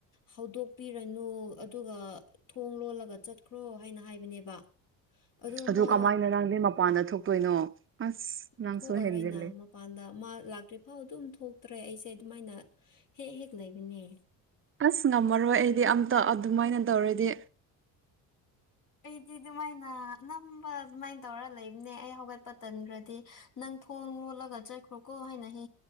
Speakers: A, on the left (about 50°); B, on the right (about 30°).
A: ꯍꯧꯗꯣꯛꯄꯤꯔꯅꯨ ꯑꯗꯨꯒ ꯊꯣꯡ ꯂꯣꯜꯂꯒ ꯆꯠꯈ꯭ꯔꯣ ꯍꯥꯏꯅ ꯍꯥꯏꯕꯅꯦꯕ ꯑꯗꯣ
B: ꯑꯗꯨ
A: ꯃꯥ
B: ꯀꯃꯥꯏꯅ ꯅꯪꯗꯤ ꯃꯄꯥꯟꯗ ꯊꯣꯛꯇꯣꯏꯅꯣ ꯑꯁ ꯅꯪꯁꯨ
A: ꯊꯣꯛꯑꯔꯣꯏꯅ
B: ꯍꯦꯟꯖꯤꯜꯂꯦ
A: ꯃꯄꯥꯟꯗ ꯃꯥ ꯂꯥꯛꯇ꯭ꯔꯤꯐꯥꯎ ꯑꯗꯨꯝ ꯊꯣꯛꯇ꯭ꯔꯦ ꯑꯩꯁꯦ ꯑꯗꯨꯃꯥꯏꯅ ꯍꯦꯛ ꯍꯦꯛ ꯂꯩꯕꯅꯦ
B: ꯑꯁ ꯉꯝꯃꯔꯣꯏ ꯑꯩꯗꯤ ꯑꯝꯇ ꯑꯗꯨꯃꯥꯏꯅ ꯇꯧꯔꯗꯤ
A: ꯑꯩꯗꯤ ꯑꯗꯨꯃꯥꯏꯅ ꯅꯝꯕ ꯑꯗꯨꯃꯥꯏꯅ ꯇꯧꯔ ꯂꯩꯕꯅꯦ ꯑꯩ ꯍꯧꯒꯠꯄ ꯇꯟꯈ꯭ꯔꯗꯤ ꯅꯪ ꯊꯣꯡ ꯂꯣꯠꯂꯒ ꯆꯠꯈ꯭ꯔꯣꯀꯣ ꯍꯥꯏꯅ ꯍ